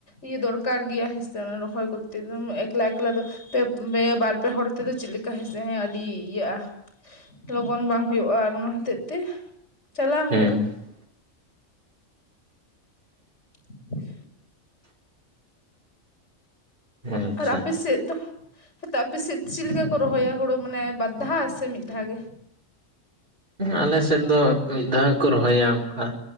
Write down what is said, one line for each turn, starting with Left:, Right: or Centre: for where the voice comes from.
Left: ᱤᱭᱟᱹ ᱫᱚᱨᱠᱟᱨ ᱜᱮᱭᱟ ᱦᱮᱸᱥᱮ ᱚᱱᱟ ᱨᱚᱦᱚᱭ ᱠᱚᱛᱮ ᱮᱠᱞᱟ ᱮᱠᱞᱟ ᱫᱚ ᱯᱮ ᱵᱟᱨ ᱯᱮ ᱦᱚᱲ ᱛᱮᱫᱚ ᱪᱮᱫ ᱞᱮᱠᱟ ᱦᱮᱸᱥᱮ ᱦᱮᱸ ᱟᱹᱰᱤ ᱤᱭᱟᱹᱜᱼᱟ ᱞᱚᱜᱚᱱ ᱵᱟᱝ ᱦᱩᱭᱩᱜᱼᱟ ᱚᱱᱟ ᱦᱚᱛᱮᱡ ᱛᱮ ᱪᱟᱞᱟᱣ
Right: ᱦᱩᱸ
Left: ᱦᱩᱭᱩᱜᱼᱟ <inaudible>
Right: ᱟᱪᱪᱷᱟ
Left: ᱟᱨ ᱟᱯᱮ ᱥᱮᱫ ᱫᱚᱼᱼ ᱦᱮᱸᱛᱚ ᱟᱯᱮ ᱥᱮᱫ ᱪᱮᱫ ᱞᱮᱠᱟ ᱠᱚ ᱨᱚᱦᱚᱭᱟ ᱦᱳᱲᱳ ᱢᱟᱱᱮ ᱵᱟᱨᱫᱷᱟᱣ ᱥᱮ ᱢᱤᱫ ᱫᱷᱟᱣ ᱜᱮ
Right: ᱟᱞᱮ ᱥᱮᱫ ᱫᱚ ᱢᱤᱫ ᱫᱷᱟᱣ ᱜᱮᱠᱚ ᱨᱚᱦᱚᱭᱟ ᱚᱱᱠᱟ